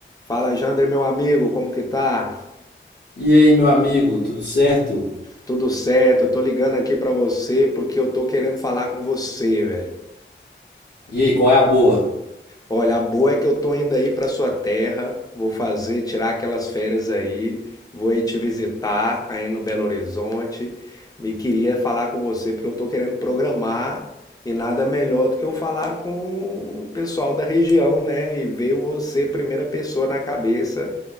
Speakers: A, on the left (about 20°); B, on the left (about 60°).
A: Fala, Jander, meu amigo, como que tá?
B: E aí, meu amigo, tudo certo?
A: Tudo certo? Eu tô ligando aqui pra você porque eu tô querendo falar com você, velho.
B: E aí, qual é a boa?
A: Olha, a boa é que eu tô indo aí pra sua terra, vou fazer, tirar aquelas férias aí, vou aí te visitar aí no Belo Horizonte. Me queria falar com você porque eu tô querendo programar e nada melhor do que eu falar com o pessoal da região, né? E veio você, primeira pessoa na cabeça.